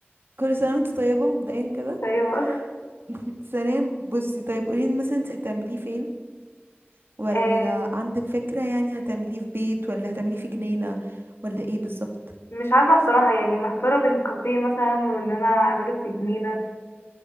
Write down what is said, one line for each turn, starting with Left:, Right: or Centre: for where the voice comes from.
Right: كل سنه وانت طيبه مبدئيا كده
Left: طيب
Right: <laughs> ثانيا بصي طيب قولي لي مثلا انت هتعمليه فين ولا
Left: آه،
Right: عندك فكره يعني هتعمليه في بيت ولا هتعمليه في جنينه ولا ايه بالظبط
Left: مش عارفة بصراحة يعني محتارة بين كافيه مثلا وان انا اعمله في جنينة